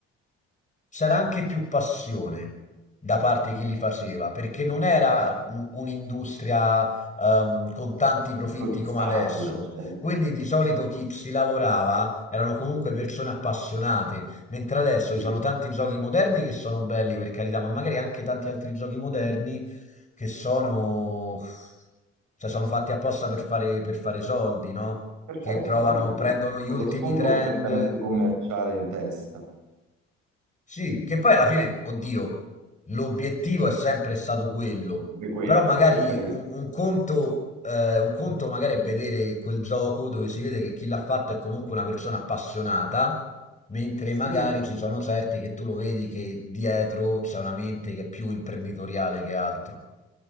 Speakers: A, on the left (about 20°); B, on the right (about 65°).
A: C'era anche più passione da parte di chi li faceva, perché non era un- un'industria ehm, con tanti profitti
B: Poi ti
A: come
B: satura,
A: adesso.
B: certo,
A: Quindi di solito
B: Cioè,
A: chi ci lavorava erano comunque persone appassionate, mentre adesso
B: sì,
A: ci sono tanti giochi moderni che sono belli, per carità, ma magari anche tanti altri giochi moderni che sono, cioè, sono fatti apposta per fare, per fare soldi, no?
B: per
A: Che
B: fare
A: provano,
B: soldi, quindi
A: prendono gli
B: con
A: ultimi
B: lo sfondo
A: trend
B: prettamente commerciale in testa,
A: sì, che poi alla fine, oddio, l'obiettivo è sempre stato quello,
B: per quello,
A: però magari
B: per carità,
A: un, un conto, eh, un conto magari è vedere quel gioco dove si vede che chi l'ha fatto è comunque una persona appassionata, mentre
B: sì.
A: magari ci sono certi che tu lo vedi che dietro c'è una mente che è più imprenditoriale che altro.